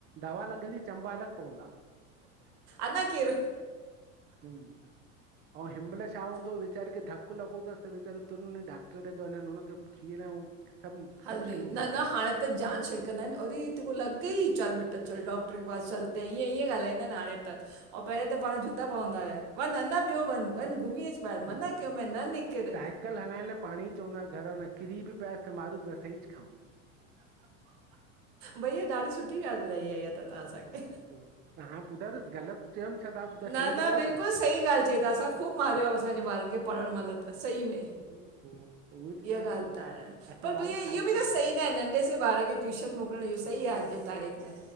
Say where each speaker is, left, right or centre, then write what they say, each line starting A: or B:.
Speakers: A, on the right; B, on the right.
A: दवा लॻंदी चंबा अलॻि पवंदा
B: अञां किरु।
A: हूं अऊं हिमल छा हूंदो वेचारे के धकु लॻोंतसि त वेचारो <unintelligible> डॉक्टर ॾ हुनखे खीर <unintelligible>
B: हलदी,
A: सभु शयूं थी
B: न
A: मिलनि
B: न हाणे त जान छिड़िकंदा आहिनि, अरे तेरे को लॻ गई चल बेटा चल डॉक्टर के पासि चल। त ईय ईय ॻाल्हाईंदा आहिनि हाणे त, अऊं पहिरिय त पाण जूता पवंदा हुया वन अञां ॿियो वंञ। वञ घुमी अच। ॿाहिरि
A: पो
B: मना कयो मैं न निकिर
A: साहिब मोटर हलाइण लाये पाणी चवंदा घर में किरी बि पये त मारू भी असांं इच खाऊं।
B: भईया ॾाढ़ी सुठी ॻाल्हि ॿुधाई आ ईया त। तव्हां असांखे
A: हा त पो तव्हां ॿुधायो न ग़लति चयमि छा ता ॿुधायो
B: न
A: सही ॻाल्हि
B: बिल्कुलु
A: आ न।
B: सही ॻाल चई त असां ख़ूब मारियो
A: पोइ
B: आ, असांजे ॿारनि खे पढणु महिलु त। सही में,
A: उहोई त
B: इया
A: चवां
B: ॻाल
A: न
B: त आहे,
A: असां
B: पर
A: माण्हू
B: भईया
A: खाधे
B: इअं भी त सही न नंढे से ॿार खे ट्यूशन मोकिलण इयो सही आ अॼु जी तारीख़ में।